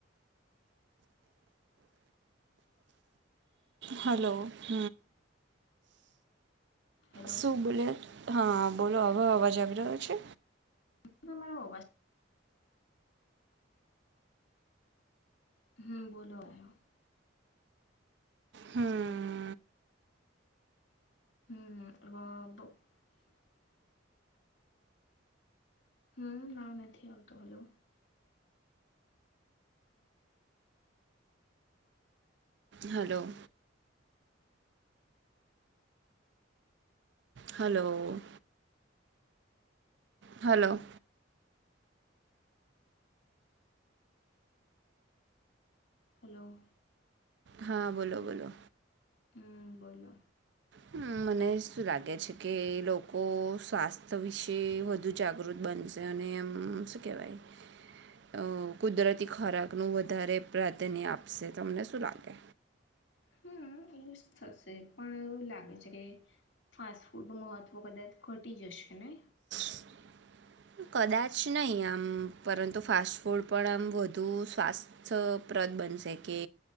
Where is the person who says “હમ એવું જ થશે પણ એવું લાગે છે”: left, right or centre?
Left